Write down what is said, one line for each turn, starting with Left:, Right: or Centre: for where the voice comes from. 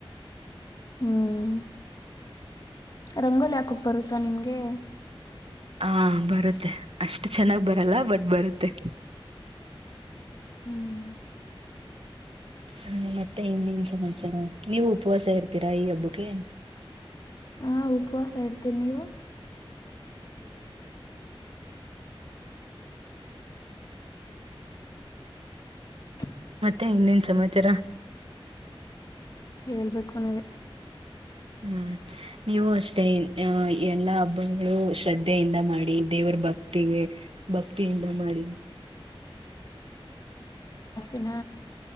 Left: ಹ್ಮ ರಂಗೋಲಿ ಹಾಕಕ ಬರುತ್ತಾ ನಿಮ್ಗೆ
Right: ಹಾ ಬರತ್ತೆ ಅಷ್ಟು ಚೆನ್ನಾಗ ಬರಲ್ಲ ಬಟ್ ಬರತ್ತೆ.
Left: ಹ್ಮ.
Right: ಹ ಮತ್ತೆ ಇನ್ನನ ಸಮಾಚಾರ. ನೀವು ಉಪವಾಸ ಇರ್ತೀರಾ ಈ ಹಬ್ಬಕೆ
Left: ಹಾ ಉಪವಾಸ ಇರ್ತೀನ ನೀವು. <inaudible>
Right: ಮತ್ತೆ ಇನ್ನೇನ ಸಮಾಚಾರ.
Left: ಹೇಳ್ಬೇಕು ನೀವೇ
Right: ಹ್ಮ ನೀವು ಅಷ್ಟೇ ಅ ಎಲ್ಲಾ ಅಬ್ಬ ಶ್ರದ್ಧೆಯಿಂದ ಮಾಡಿ ದೇವರ ಭಕ್ತಿಗೆ ಭಕ್ತಿಯಿಂದ ಮಾಡಿ.
Left: ಇನ